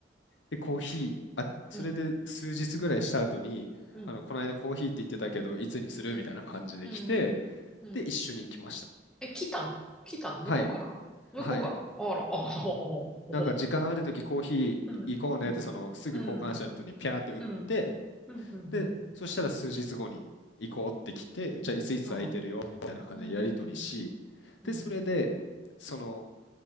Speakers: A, on the left; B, in the centre.
A: で、コーヒー、あ、それで数日ぐらいした後に、
B: うん。うん。
A: あの、この間コーヒーって言ってたけど、いつにするみたいな感じで来て、
B: うん。うん。うん。
A: で、一緒に行きました。
B: え、来たの来たの向こうから向こうからあら。
A: はい。はい。
B: おー。
A: なんか時間あるときコーヒー行こうねってそのすぐ交換した後にピャーって打って
B: うん。うん。うん。うん。うん。うん。うん
A: でそしたら数日後に行こうって来てじゃあいついつ空いてるよみたいな感じでやり取りしでそれでその
B: ああうん。うん。